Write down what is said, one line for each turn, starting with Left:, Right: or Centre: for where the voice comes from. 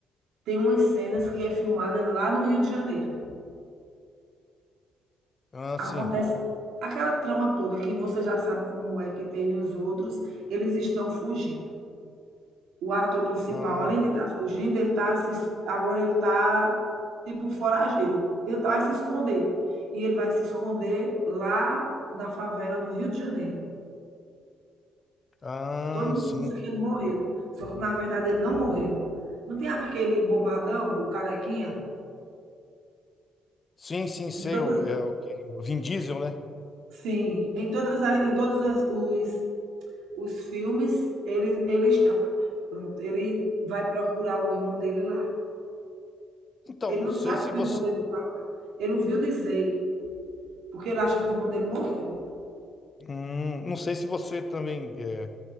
Right: tem umas cenas que é filmada lá no Rio de Janeiro.
Left: Ah,
Right: Acontece
Left: sim.
Right: aquela trama toda que você já sabe como é que tem nos outros, eles estão fugindo. o ator principal,
Left: Ah,
Right: além de estar fugindo, ele tá se, agora ele está tipo foragido. Ele vai se esconder. E ele vai se esconder lá na favela no Rio de Janeiro.
Left: ah,
Right: Todo mundo
Left: sim.
Right: pensa que ele morreu, só que na verdade ele não morreu. Não tem aquele bombadão, o carequinha?
Left: Sim, sim, sei
Right: Em todas,
Left: o, é, o, que- o Vin Diesel, né?
Right: sim, em todas, a- em todos as- os, os filmes ele, ele está. Pronto, ele vai procurar o irmão dele lá.
Left: Então,
Right: Ele
Left: não
Right: não
Left: sei
Right: sabe
Left: se
Right: que
Left: você.
Right: o irmão dele, ele ouviu dizer Porque ele acha que o irmão dele morreu.
Left: Hum, não sei se você também. É,